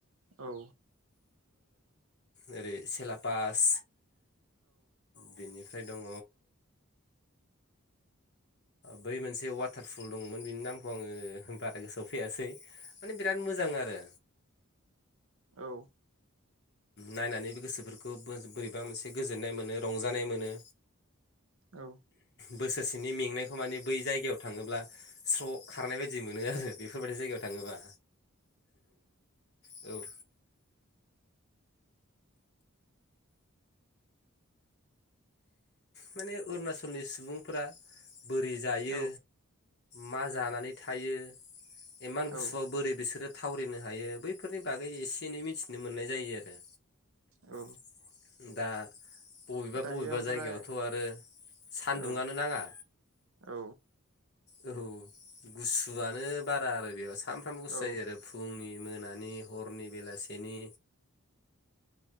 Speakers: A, on the right (about 75°); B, on the left (about 50°).
A: औ
B: ओरै सेलापास बेनि फ्राय दङ बै मोनसे वाटारफुल दंमोन बिनि नामखौ आङो बारा गोसोआव फैयासै माने बिराद मोजां आरो
A: औ
B: नायनानै गोसोफोरखौ बोरैबा मोनसे गोजोननाय मोनो रंजानाय मोनो
A: औ
B: बोसोरसेनि मेंनायखौ माने बै जायगायाव थाङोब्ला स्र' खारनाय बायदि मोनो आरो बेफोर बेफोरबायदि जायगायाव थाङोबा औ माने अरुणाचलनि सुबुंफोरा बोरै जायो
A: औ
B: मा जानानै थायो इमान
A: औ
B: गुसुआव बोरै बिसोरो थावरिनो हायो बैफोरनि बागै एसे एनै मिथिनो मोननाय जायो आरो
A: औ
B: <inaudible> दा बबेबा
A: दायो
B: बबेबा
A: ओमफ्राय
B: जायगायावथ' आरो सान्दुङानो
A: औ
B: नाङा
A: औ
B: औ गुसुआनो बारा आरो बेयाव सा सानफ्रामबो गुसु
A: औ
B: जायो आरो फुुंनि मोनानि हरनि बेलासेनि